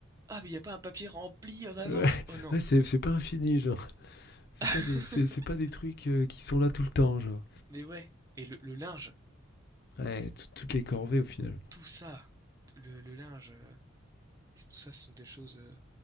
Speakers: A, on the right; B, on the left.
A: Ah mais y a pas un papier rempli en avance.
B: Ouais, <laughs>
A: Oh non.
B: ouais, c'est c'est pas infini, genre. C'est
A: <laughs>
B: pas des, c'est c'est pas des trucs euh, qui sont là tout le temps, genre.
A: Mais ouais. Et le, le linge,
B: Ouais, tout- toutes les corvées au final.
A: tout ça, le, le linge, euh, tout ça, ce sont des choses. euh,